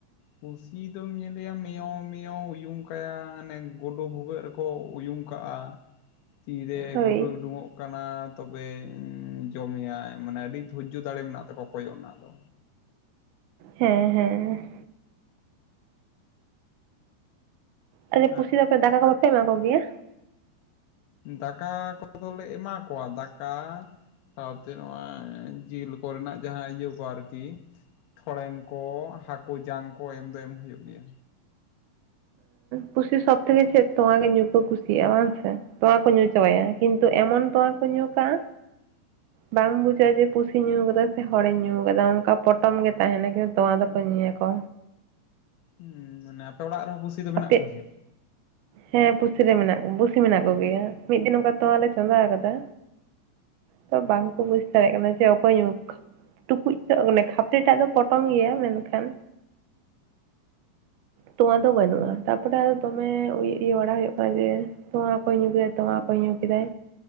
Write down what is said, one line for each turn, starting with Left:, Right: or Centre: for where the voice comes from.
Left: ᱠᱩᱥᱤ ᱫᱚᱢ ᱧᱮᱞᱮᱭᱟ ᱢᱮᱭᱚ ᱢᱮᱭᱚ ᱩᱭᱩᱝ ᱠᱟᱭᱟ ᱟᱱᱮ ᱜᱰᱩ ᱵᱷᱩᱜᱟᱹᱜ ᱨᱮᱠᱚ ᱩᱭᱩᱜ ᱠᱟᱜᱼᱟ ᱛᱤᱨᱮ
Right: ᱦᱳᱭ
Left: ᱜᱩᱰᱩᱭ ᱩᱰᱩᱚᱜ ᱠᱟᱱᱟ ᱛᱚᱵᱮᱧ ᱡᱚᱢᱮᱭᱟ ᱢᱟᱱᱮ ᱟᱹᱰᱤ ᱫᱷᱳᱨᱡᱚ ᱫᱟᱲᱮ ᱢᱮᱱᱟᱜ ᱛᱟᱠᱚᱣᱟ ᱠᱚᱭᱚᱜ ᱨᱮᱱᱟᱜ ᱫᱚ
Right: ᱦᱮᱸ ᱦᱮᱸ ᱦᱮᱸ ᱟᱪᱪᱷᱟ
Left: ᱦᱮᱸ
Right: ᱯᱩᱥᱤ ᱫᱚ ᱟᱯᱮ ᱫᱟᱠᱟ ᱠᱚ ᱵᱟᱯᱮ ᱮᱢᱟ ᱠᱚᱜᱮᱭᱟ
Left: ᱫᱟᱠᱟ ᱠᱚᱫᱚᱞᱮ ᱮᱢᱟ ᱠᱚᱣᱟ ᱫᱟᱠᱟ ᱥᱟᱶᱛᱮ ᱱᱚᱣᱟ <unintelligible> ᱡᱤᱞ ᱠᱚᱨᱮᱱᱟᱜ ᱡᱟᱦᱟᱸ ᱤᱭᱟᱹ ᱠᱚ ᱟᱨᱠᱤ ᱴᱷᱚᱲᱮᱝ ᱠᱚ, ᱦᱟᱹᱠᱩ ᱡᱟᱝ ᱠᱚ, ᱮᱢ ᱫᱚ ᱮᱢᱜ ᱦᱩᱭᱩᱜ ᱜᱮᱭᱟ,
Right: ᱯᱩᱥᱤ ᱥᱚᱵᱽ ᱛᱷᱮᱠᱮ ᱪᱮᱫ ᱛᱣᱭᱟᱜᱮ ᱧᱩ ᱠᱚ ᱠᱩᱥᱤᱭᱟᱜᱼᱟ ᱵᱟᱝ ᱥᱮ᱾ ᱛᱚᱣᱟ ᱠᱚ ᱧᱩ ᱪᱚᱵᱟᱭᱟ ᱠᱤᱱᱛᱩ ᱮᱢᱚᱱ ᱛᱚᱣᱟ ᱠᱚ ᱧᱩ ᱠᱟᱜᱼᱟ,
Left: <inaudible>
Right: ᱵᱟᱝ ᱵᱩᱡᱷᱟᱹᱜᱼᱟ ᱡᱮ ᱯᱩᱥᱤ ᱧᱩ ᱠᱟᱫᱟ ᱥᱮ ᱦᱚᱲᱮ ᱧᱩ ᱠᱟᱫᱟ ᱚᱝᱠᱟ ᱯᱚᱴᱚᱢ ᱜᱮ ᱛᱟᱦᱮᱱᱟ ᱠᱤᱱᱛᱩ ᱛᱚᱣᱟ ᱫᱚᱠᱚ ᱧᱩᱭᱟᱠᱚ᱾
Left: ᱦᱩᱸ ᱢᱟᱱᱮ ᱟᱯᱮ ᱚᱲᱟᱜ ᱨᱮᱦᱚᱸ ᱠᱩᱥᱤ ᱫᱚ ᱢᱮᱱᱟᱜ
Right: ᱟᱯᱮ
Left: ᱠᱚᱜᱮᱭᱟ?
Right: ᱦᱮᱸ ᱯᱩᱥᱤᱨᱮ ᱢᱮᱱᱟᱜ ᱯᱩᱥᱤ ᱢᱮᱱᱟᱜ ᱠᱚᱜᱮᱭᱟ ᱢᱤᱫ ᱫᱤᱱ ᱚᱱᱠᱟ ᱛᱳᱣᱟ ᱞᱮ ᱪᱚᱸᱫᱟᱣ ᱟᱠᱟᱫᱟ, ᱛᱚ ᱵᱟᱝᱠᱚ ᱵᱩᱡ ᱫᱟᱲᱮᱭᱟᱜ ᱠᱟᱱᱟ ᱡᱮ ᱚᱠᱚᱭ ᱧᱠ ᱴᱩᱠᱩᱡ ᱫᱚ ᱚᱱᱮ ᱠᱷᱟᱯᱨᱤ ᱴᱟᱜ ᱫᱚ ᱯᱚᱴᱚᱢ ᱜᱮᱭᱟ, ᱢᱮᱱᱠᱷᱟᱱ ᱛᱚᱣᱟ ᱫᱚ ᱵᱟᱹᱱᱩᱜᱼᱟ᱾ ᱛᱟᱨᱯᱚᱨᱮ ᱟᱫᱚ ᱫᱚᱢᱮ ᱩᱭ ᱤᱭᱟ. ᱵᱟᱲᱟ ᱦᱩᱭᱩᱜ ᱠᱟᱱᱟ ᱡᱮ, ᱛᱚᱣᱟ ᱚᱠᱚᱭ ᱧᱩ ᱠᱮᱫᱟᱭ ᱛᱚᱣᱟ ᱚᱠᱚᱭ ᱧᱩ ᱠᱮᱫᱟᱭ,